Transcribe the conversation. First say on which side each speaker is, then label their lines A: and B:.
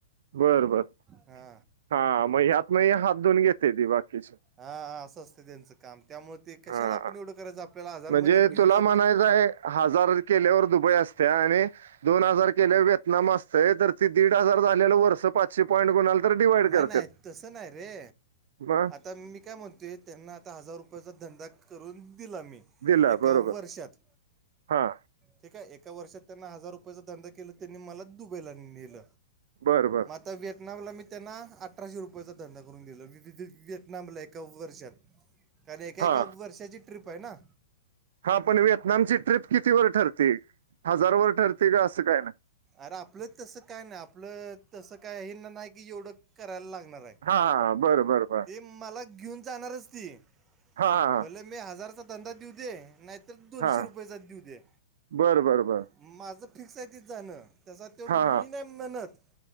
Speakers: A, on the right; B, on the right.
A: बर बर
B: हा.
A: हा मग ह्यात म हात धऊन घेते ती बाकीची
B: हा असं असते त्यांचं काम त्यामुळे ते कशाला
A: हा
B: आपण एवढं करायचं आपल्याला आजारमध्ये
A: म्हणजे
B: घेऊन
A: तुला
B: जाते.
A: म्हणायचं आहे हजार केल्यावर दुबई असते आणि दोन हजार केल्या व्यतनाम असतय तर ते दीड हजार झालेलं वर्ष पा े पॉईंट गुल तर डिवाइड
B: नाही
A: करत
B: नाही तसं नाही रे
A: ब
B: आता मी काय म्हणतेोय त्यांना आता हजार रुपयाचा धंदा करून दिला मी
A: दिला
B: एकाव्
A: बरोबर
B: वर्षात
A: हा
B: ठीक आहे एका वर्षात त्यांना हजार रुपयाचा धंदा केला त्यांनी मला दुबईला नेल.
A: बरं बर.
B: आता व्हिएटनामला मी त्यांना अठराशे रुपयाचा धंदा करून दिला. व्हएतनामला एका वर्षात कारण एका
A: हा
B: एका वर्षाची ट्रिप आहे ना.
A: हा पण व्हिएतनामची ट्रिप कितीवर ठरती हजारावरर ठरते का असं काय नाही.
B: अरे आपलं तसं काय नाही आपलं तसं काय हेना नाही की एवढं करायला लागणार. आहे
A: हाा बरं बर बर.
B: ते मला घेऊन जाणारच ती
A: हां हां
B: भला मी हजारचा धंदा देऊ दे नाही. तर दोनशे
A: हां
B: रुपये जात देऊ दे.
A: बरं बरं बरं
B: माझं फिक्स आहे तिथ जाणं त्याचा तो
A: हां
B: मी नाही म्हणत.